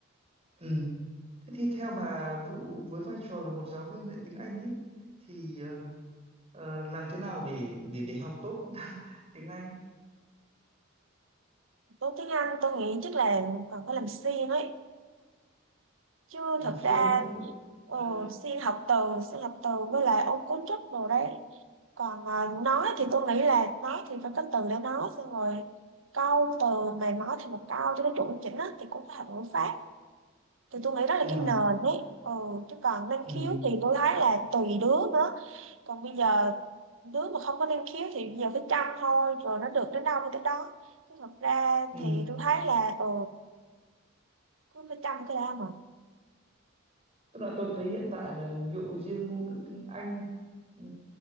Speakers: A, on the right (about 30°); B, on the right (about 75°).
A: ừ. Thế thì theo bà
B: ừ.
A: Vũ với vai trò là một giáo viên dạy tiếng Anh ấy thì ờ, Ờ, làm thế nào để để để học tốt <laughs> tiếng Anh
B: Tố tiếng Anh tôi nghĩ chắc là còn phải làm xuyên ấy chứ
A: làm
B: thật
A: siêng
B: ra
A: á
B: ừ,
A: Ờ,
B: xuyên học từ xuyên học từ với lại ôn cấu trúc đồ đấy còn ờ, nói thì tôi nghĩ là nói thì phải có từ để nói xong rồi câu từ mà nói thành một câu cho nó chuẩn chỉnh á thì cũng phải học ngữ pháp thì tôi nghĩ đó là
A: ờ,
B: cái nền ấy ừ chứ còn năng
A: ừ,
B: khiếu thì tôi thấy là tùy đứa nữa còn bây giờ đứa mà không có năng khiếu thì bây giờ phải chăm thôi rồi nó được đến đâu thì đến đó chứ thật ra
A: ừ.
B: thì tôi thấy là ừ cứ phải chăm cái đã mà
A: tức là tôi thấy hiện tại là ví dụ riêng ngôn ngữ tiếng Anh ừ,